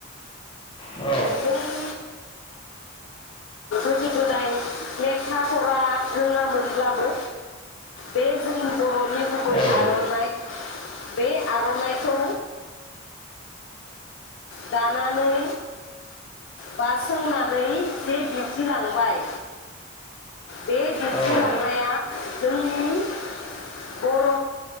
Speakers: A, on the left; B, on the left.
A: औ
B: जोंनि गोदो-गोदाय लेखा फरा रोङामोनब्लाबो बे जोंनि बर'नि गुबै
A: औ
B: आरनाइ बे आरनाइखौ दानानै बा सोंनानै जे दिन्थिलांबाय बे
A: औ
B: <unintelligible> जोंनि बर'